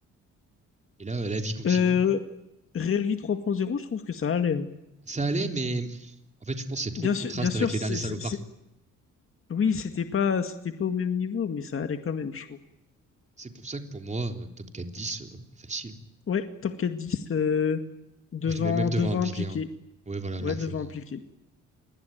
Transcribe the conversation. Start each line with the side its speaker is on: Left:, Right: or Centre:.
Right: Et là, la vie continue.
Left: Euh, Relvi trois Vie zéro. je trouve que ça allait. hein.
Right: Ça allait, mais en fait, je pense que c'est trop
Left: Bien
Right: le contraste
Left: sûr, bien sûr,
Right: avec les
Left: c'est,
Right: derniers salopards.
Left: c'est, c'est- oui, c'était pas, c'était pas au même niveau, mais ça allait quand même, je trouve.
Right: C'est pour ça que pour moi, euh, top 4-10, euh, facile.
Left: Ouais, top quatre dix euh, devant,
Right: Oh, Je les mets même devant
Left: devant
Right: impliqué.
Left: impliqué.
Right: Hein. Ouais, voilà, largement.
Left: Ouais, devant impliqué.